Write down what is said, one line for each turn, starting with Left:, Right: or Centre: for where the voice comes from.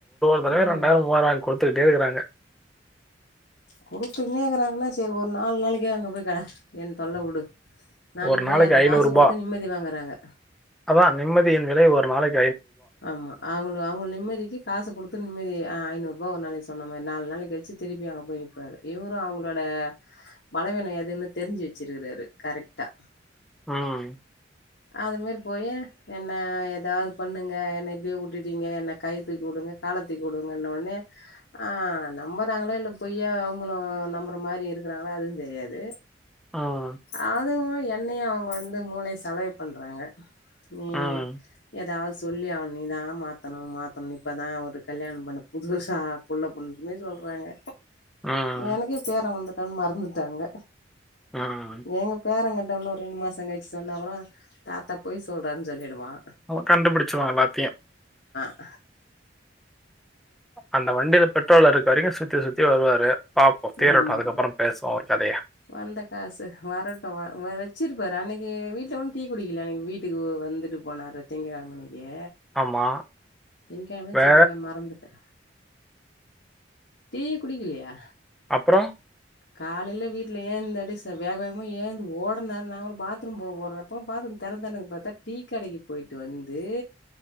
Centre: இப்பவே
Left: ம்
Centre: ரெண்டாயிரோ மூவாயிரோ வாங்கி குடுத்துக்கிட்டே இருக்குறாங்க
Left: குடுத்துக்குன்னே இருக்குறாங்கன்னா சேரி ஒரு நாலு நாளைக்கி அங்கப் போய் கெட என் தொல்ல உடு நா
Centre: ஒரு
Left: நிம்மதியாக
Centre: நாளைக்கு
Left: இரு காசு
Centre: ரூ.
Left: குடுத்து நிம்மதி வாங்குறாங்க
Centre: அதான் நிம்மதியின் விலை ஒரு நாளைக்
Left: ஆமா அவுங்க அவுங்களுக்குத அவுங்க நிம்மதிக்கு காச குடுத்து நிம்மதிய அ ஐநூறு ரூபா நாளைக்கு சொன்ன மாதிரி நாலு நாளைக்கு வச்சு திருப்பி ஆப்பு வாங்கிப்பாரு இவரு அவுங்களோட பலவின எதுன்னு தெரிஞ்சு வச்சுருக்குறாரு கரெக்டா
Centre: ம்
Left: அது மாரி போய் என்ன ஏதாது பண்ணுங்க என்ன இப்டியே வுட்டுடீங்க என்ன கை தூக்கி வுடுங் காலத் தூக்கி உடுங்கன்னோன்னே ஆ நம்புறாங்களே இல்ல பொய்யா அவுங்களும் நம்புற மாரி இருக்குறாங்களா அதுவு தெரியாது
Centre: ம்.
Left: அதுவு என்னையு அவுங்க வந்து மூளை சலவை பண்றாங்க நீ
Centre: ம்.
Left: எதாவது சொல்லி அவன நீ தா மாத்தணு மாத்தணு இப்ப தா அவரு கல்யாணம் பண்ண புதுசாக புள்ள புள்ளனே சொல்றாங்க
Centre: ம்.
Left: எனக்கே பேரே வந்துட்டான்னு மறந்துட்டாங்க
Centre: ம்.
Left: எங்க பேரங்கிட்ட இன்னு ரெண்டு மாசோ கழிச்சு சொன்னா கூட தாத்தா பொய் சொல்றான்னு சொல்லிடுவா
Centre: அவ கண்டுபுடிச்சுருவா எல்லாத்தியும்
Left: ஹா..
Centre: அந்த வண்டில பெட்ரோல் இருக்க வரைக்கு சுத்தி சுத்தி வருவாரு பாப்போம் தீரட்டு
Left: ஆமா
Centre: அதுக்கப்பறோ பேசுவோ ஒரு கதைய
Left: வந்த காசு வரட்டு வ வச்சிருப்பாரு அன்னிக்கி ஏ வீட்டுல ஒன்னும் டீ குடிக்கல அன்னிக்கி வீட்டுக்கு வ வந்துட்டு போனாரு திங்கழ அன்னிக்கு
Centre: ஆமா.
Left: திங்க கெழமை
Centre: வே
Left: செவ்வா கெழம மறந்துட்டே டீ குடிக்கலையா
Centre: அப்றோ
Left: காலையில வீட் ஏந்தோட்டி சொ வேக வேகமா ஏந்து ஓடனாரு நா பாத்ரூம் போக ஓட்றப்போ பாத்ரூம் தெறந்து தான இருக்கு டீ கடைக்கு போயிட்டு வந்து